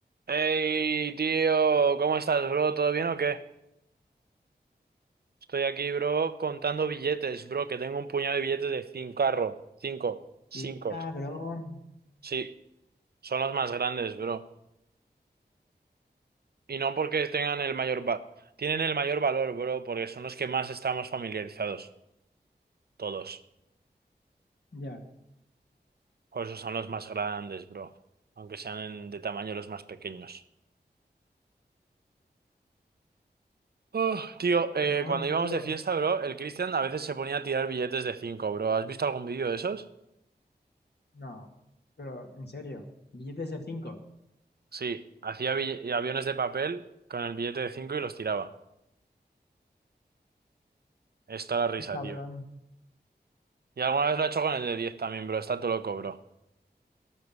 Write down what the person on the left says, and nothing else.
Qué cabrón.
Ya,
pero bueno,
tío,
no, pero en serio, billetes de 5,
cabrón,